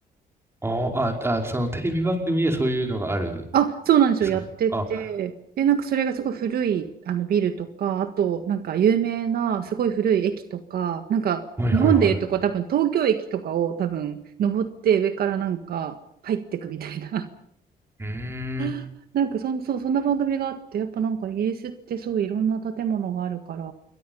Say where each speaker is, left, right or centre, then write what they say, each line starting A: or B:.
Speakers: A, on the right (about 15°); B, on the right (about 70°).
A: あーあ、あ、そのテレビ番組でそういうのがあるん
B: あ、そうなんですよ。
A: ですかね。
B: やってて。
A: あ、
B: で、なんかそれがすごい古いあのビルとか、あとなんか有名なすごい古い駅とか、なんか日本でいうとこう多分東京駅とかを多分登って上からなんか入ってくみたいな。
A: はいはいはい。うーん。
B: <laughs> なんかそん、そう、そんな番組があって、やっぱなんかイギリスってそういろんな建物があるから、